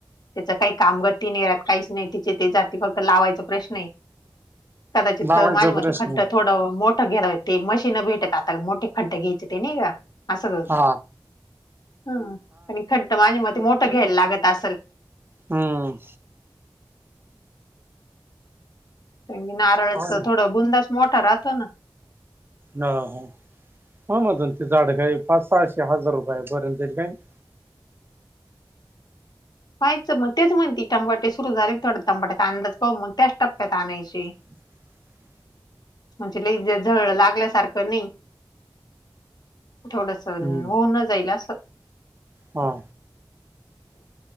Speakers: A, on the left; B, on the right.
A: त्याच काही कामगती नाही राहात काहीच नाही. तिथे ते जाती फक्त लावायचा प्रश्न आहे कदाचित
B: लावायचा
A: माझ्या मते
B: प्रश्न
A: खड्ड थोडं मोठ. ख <unintelligible> घेरा ते मशीन भेटत आता मोठे खड्ड घ्यायचे ते नाही का असं होत.
B: हा
A: हा आणि खड्ड माझे मती मोठं घ्यायला लागत असल.
B: हम्म.
A: म्हणज नारळाचं
B: हा
A: थोडं बुंदास मोठा राहतो ना.
B: हा ह ह म्ह तून ते झाडं काही पाच सहाशे हजार रुपये पर्यंत जाईल काय <unintelligible>
A: पा्हायचं मग तेच म्हणती तंबाटे सुरू झाले थोडं तंबाट्याचा अंदाज पाहू मग त्याच टप्प्यात आणायचे.
B: <unintelligible>
A: म्हणजे लज झळ लागल्यासारखं नाही. थोडंस
B: हम्म
A: होऊन न जाईल असं.
B: हा.